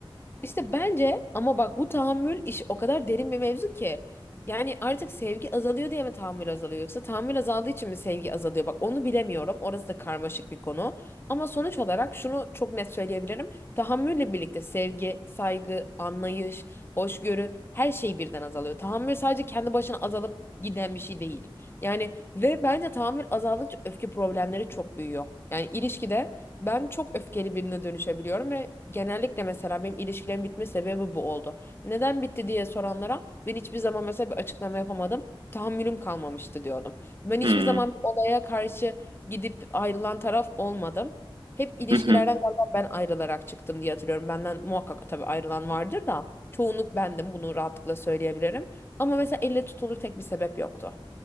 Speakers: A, on the left; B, on the right.
A: İşte bence ama bak bu tahammül iş o kadar derin bir mevzu ki. Yani artık sevgi azalıyor diye mi tahammül azalıyor yoksa tahammül azaldığı için mi sevgi azalıyor? Bak onu bilemiyorum. Orası da karmaşık bir konu. Ama sonuç olarak şunu çok net söyleyebilirim. Tahammülle birlikte sevgi, saygı, anlayış, hoşgörü her şey birden azalıyor. Tahammül sadece kendi başına azalıp giden bir şey değil. Yani ve bence tahammül azaldıkça öfke problemleri çok büyüyor. Yani ilişkide ben çok öfkeli birine dönüşebiliyorum ve genellikle mesela benim ilişkilerim bitme sebebi bu oldu. Neden bitti diye soranlara ben hiçbir zaman mesela bir açıklama yapamadım. Tahammülüm kalmamıştı diyordum. Ben hiçbir
B: Hmm.
A: zaman bir olaya karşı gidip ayrılan taraf olmadım. Hep ilişkilerden
B: Hı hı.
A: galiba ben ayrılarak çıktım diye hatırlıyorum. Benden muhakkak tabii ayrılan vardır da çoğunluk bendim bunu rahatlıkla söyleyebilirim. Ama mesela elle tutulur tek bir sebep yoktu.